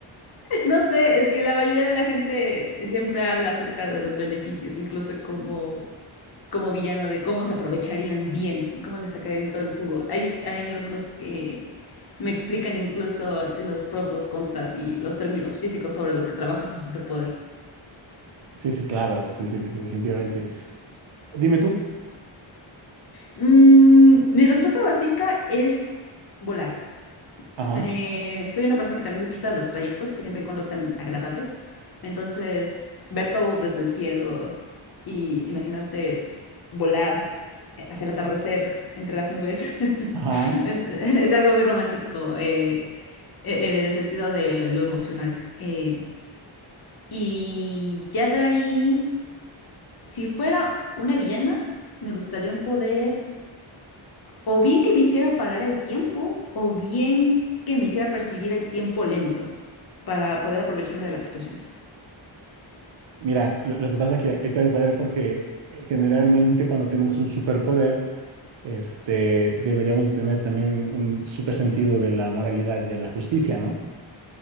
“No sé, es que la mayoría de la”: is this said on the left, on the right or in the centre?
Left